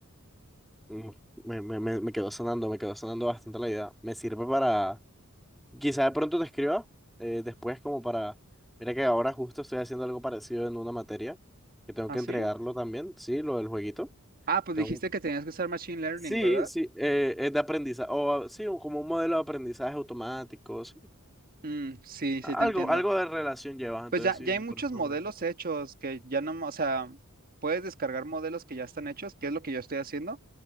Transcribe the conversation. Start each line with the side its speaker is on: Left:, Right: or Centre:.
Centre: mm, me, me, me, me quedó sonando, me quedó sonando bastante la idea. Me sirve para, quizá de pronto te escriba eh, después como para, mira que ahora justo estoy haciendo algo parecido en una materia, que tengo
Right: ¿Ah,
Centre: que
Right: sí?
Centre: entregarlo también, sí, lo del jueguito.
Right: Ah, pues
Centre: Tengo
Right: dijiste que tenías que usar Machine Learning,
Centre: Sí,
Right: ¿verdad?
Centre: sí, eh, es de aprendizaje, o ah, sí, un- como un modelo de aprendizaje automático, sí.
Right: Mm, sí, sí
Centre: Algo,
Right: te entiendo.
Centre: algo de relación llevas, entonces
Right: Pues ya,
Centre: sí,
Right: ya hay
Centre: de
Right: muchos
Centre: pronto
Right: modelos
Centre: me...
Right: hechos que ya no, o sea, puedes descargar modelos que ya están hechos, que es lo que yo estoy haciendo,